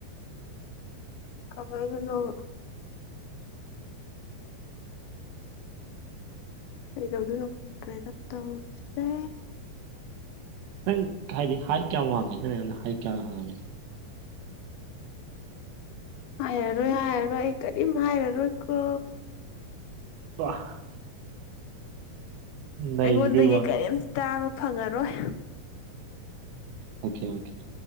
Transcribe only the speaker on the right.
ꯅꯪ ꯍꯥꯏꯗꯤ ꯍꯥꯏ ꯀꯌꯥꯝ ꯋꯥꯡꯉꯤ ꯅꯪ ꯑꯩꯉꯣꯟꯗ ꯍꯥꯏ ꯀꯌꯥꯝ ꯍꯥꯡꯉꯕꯃꯤꯅ
ꯋꯥ ꯅꯩꯕꯩ
ꯋꯥꯗꯣ
ꯑꯣꯀꯦ ꯑꯣꯀꯦ